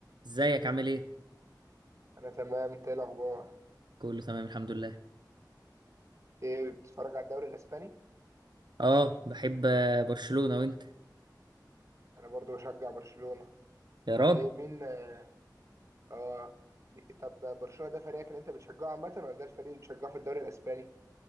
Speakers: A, on the right (about 70°); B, on the right (about 40°).
A: ازيك عامل ايه؟
B: انا تمام انت ايه الاخبار
A: كله تمام الحمد لله
B: ايه بتتفرج على الدوري الاسباني
A: اه بحب آه، برشلونة وانت
B: انا برضو بشجع برشلونة
A: يا
B: طب
A: راجل
B: ايه مين اه آه، مي- طب برشلونة ده فريقك اللي انت بتشجعه عامة ولا ده الفريق اللي بتشجعه في الدوري الاسباني